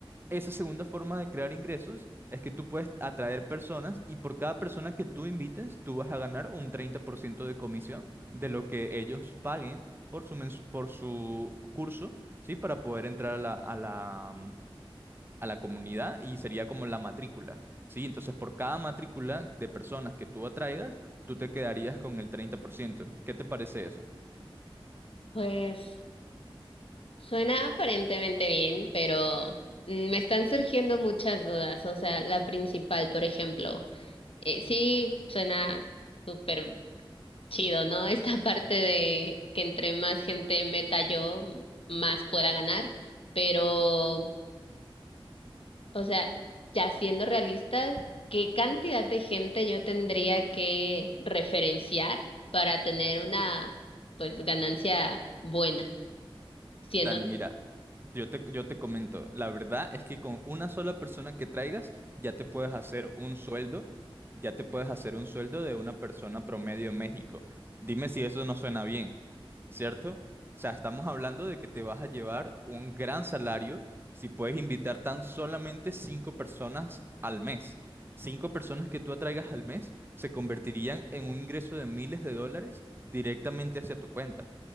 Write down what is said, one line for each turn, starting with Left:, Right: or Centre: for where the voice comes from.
Right: esa segunda forma de crear ingresos es que tú puedes atraer personas y por cada persona que tú invites, tú vas a ganar un 30% de comisión de lo que ellos paguen por su, mensu- por su curso, ¿sí? Para poder entrar a la, a la, mm, a la comunidad y sería como la matrícula, ¿sí? Entonces, por cada matrícula de personas que tú atraigas, tú te quedarías con el treinta por ciento ¿Qué te parece eso?
Left: Pues Suena aparentemente bien, pero mm, me están surgiendo muchas dudas. O sea, la principal, por ejemplo, eh, sí suena súper chido, ¿no? <laughs> Esta parte de que entre más gente meta yo, más pueda ganar. Pero, o sea, ya siendo realistas, ¿qué cantidad de gente yo tendría que referenciar para tener una, pues, ganancia buena? Siendo...
Right: Dani, mira, yo te, yo te comento, la verdad es que con una sola persona que traigas ya te puedes hacer un sueldo, ya te puedes hacer un sueldo de una persona promedio en México. Dime si eso no suena bien, ¿cierto? O sea, estamos hablando de que te vas a llevar un gran salario si puedes invitar tan solamente cinco personas al mes. Cinco personas que tú atraigas al mes se convertirían en un ingreso de miles de dólares directamente hacia tu cuenta.